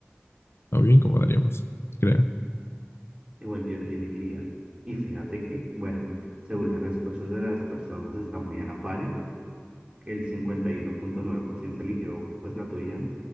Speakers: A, on the left; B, on the right.
A: O bien incomodaríamos, creo.
B: Igual yo, yo elegiría. Y fíjate que, bueno, según las respuestas de las personas está muy a la par, ¿eh? el cincuenta y uno punto nueve por ciento eligió pues la tuya,